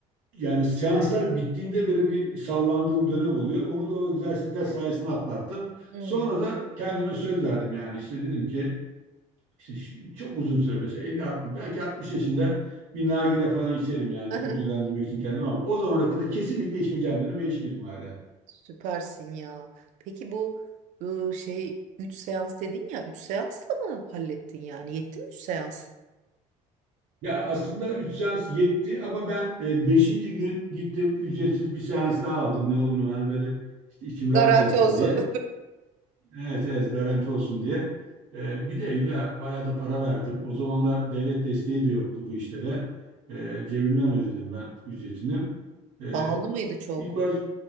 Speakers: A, on the right; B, on the right.
A: yani seanslar bittiğinde böyle bir sallandığım dönem oluyor. Onu da o egzersizler sayesinde atlattım.
B: Hı.
A: Sonra da kendime söz verdim yani işte dedim ki işte şu- çok uzun süre mesela 50-60 belki 60 yaşında bir nargile falan içerim yani
B: <laughs>
A: ödüllendirmek için kendimi ama o zamana kadar kesinlikle içmeyeceğim dedim ve içmedim hala.
B: Süpersin ya. Peki bu e, şey 3 seans dedin ya 3 seansla mı hallettin yani? Yetti mi üç seans?
A: Ya aslında üç seans yetti ama ben e, beşinci gün gittim ücretsiz bir seans daha aldım ne olduğunu hani böyle işte içim
B: Garanti
A: rahat etsin
B: olsun.
A: diye. Evet evet garanti olsun diye. E, bir de Hülya bayağı da para verdim. O zamanlar devlet desteği de yoktu bu işlere. E, cebimden ödedim ben ücretini.
B: <laughs>
A: Ee,
B: Pahalı mıydı çok?
A: ilk baş